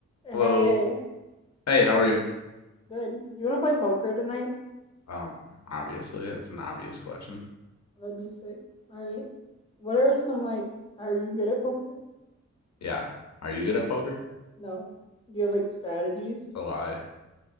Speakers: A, on the left; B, on the left.
A: Hey,
B: Hello. Hey, how are you?
A: good. You want to play poker tonight?
B: Um, obviously, that's an obvious question.
A: That'd be sick. All right. What are some like, are you good at poker?
B: Yeah. Are you good at poker?
A: No. Do you have like strategies?
B: It's a lie.